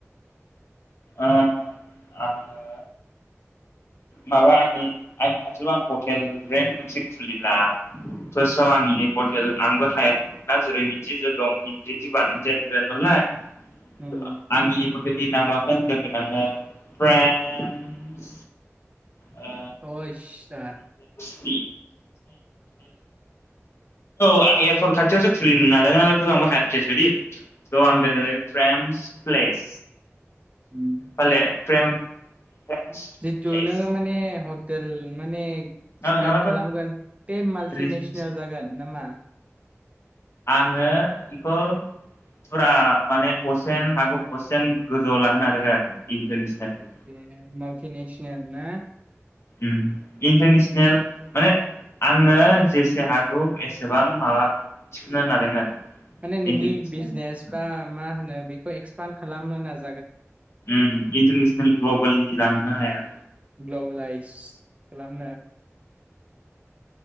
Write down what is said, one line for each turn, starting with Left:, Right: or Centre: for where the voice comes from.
Left: आ आङो माबा आं आंनि ओनसोलाव आं हटेल रेन मोनसे खुलिला पर्साव
Right: उम
Left: आंनि <unintelligible> <unintelligible> आंबो हाया ना जेरै इदि जे दं इदि इदि बानायजेनगोन नङा आ <unintelligible>
Right: उम
Left: <unintelligible> होनगोन आङो <unintelligible> ओ
Right: अ इसा
Left: <unintelligible> <unintelligible> औ आ <unintelligible> एयारपर्ट खाथियावसो खुलिनो नाजागोन नालाय <unintelligible> बायदि। ओउ आं
Right: उम
Left: <unintelligible> फ्रेम्स। प्लेस।
Right: ओम
Left: फाले फ्रेम
Right: ओम
Left: फ्रेम्स
Right: जिथु
Left: प्लेस
Right: नोङो माने हतेल माने
Left: नङाबा
Right: स्तार्तत खालामगोन बे माल्तिनेसनेल
Left: रिजेन्सि
Right: जागोन नामा?
Left: आङो इखौ फुरा माने असेन हागौ असेन गोजौवाव लांनो नाजागोन आरो इन्टारनेसनेलखौ
Right: बेहायनो मालथि नेसनेल ना।
Left: ओम इन्टारनेसनेल। माने आंनो जेसे हागौ एसेबां माबा थिखोनो नादों आरो
Right: माने नोंनि
Left: इन्टारनेसनेल
Right: बिजनेस
Left: लेभेलसिमाव
Right: बा मा होनो बेखौ एक्सपान खालामनो नाजा
Left: ओम इन्टारनेसनेल ग्लबेलनि रां नोङो हाया।
Right: ग्लबेलाइस खालामनो।